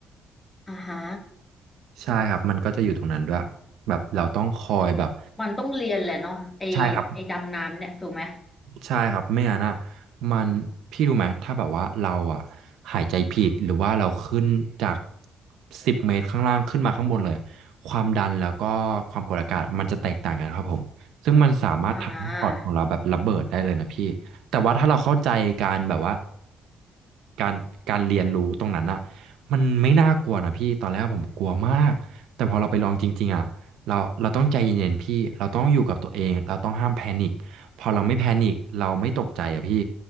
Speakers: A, on the left; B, on the right.
A: อ่าฮะ
B: ใช่ครับมันก็จะอยู่ตรงนั้นด้วยแบบเราต้องคอยแบบ
A: มันต้องเรียนแหละเนาะไอ
B: ใช่ครับ
A: ไอดำน้ำเนี่ยถูกไหม
B: ใช่ครับไม่งั้นอ่ะมันพี่รู้ไหมถ้าแบบว่าเราอ่ะหายใจผิดหรือว่าเราขึ้นจากสิบเมตรข้างล่างขึ้นมาข้างบนเลยความดันแล้วก็ความกดอากาศมันจะแตกต่างกันครับผมซึ่งมันสามารถทำให้ปอดของเราแบบระเบิดได้เลยนะพี่แต่ว่าถ้าเราเข้าใจการแบบว่า
A: อ่า
B: การการเรียนรู้ตรงนั้นอ่ะมันไม่น่ากลัวนะพี่ตอนแรกผมกลัวมากแต่พอเราไปลองจริงๆอ่ะเราเราต้องใจเย็นๆพี่เราต้องอยู่กับตัวเองเราต้องห้ามแพนิค พอเราไม่แพนิคเราไม่ตกใจอะพี่